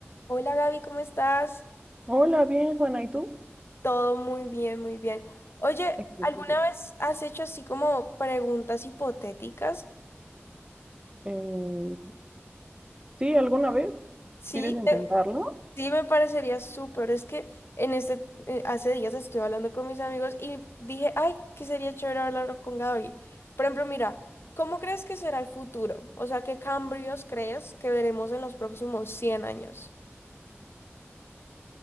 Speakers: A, on the left; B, on the right.
A: Hola Gaby, ¿cómo estás?
B: Hola, bien, Juana, ¿y tú?
A: Todo muy bien, muy bien. Oye,
B: Excelente.
A: ¿alguna vez has hecho así como preguntas hipotéticas?
B: Eh, sí, ¿alguna vez
A: Sí,
B: quieres intentarlo?
A: eh, sí, me parecería súper. Es que en este, eh, hace días estuve hablando con mis amigos y dije, ay, que sería chévere hablar con Gaby. Por ejemplo, mira, ¿cómo crees que será el futuro? O sea, ¿qué cambios crees que veremos en los próximos cien años? <laughs>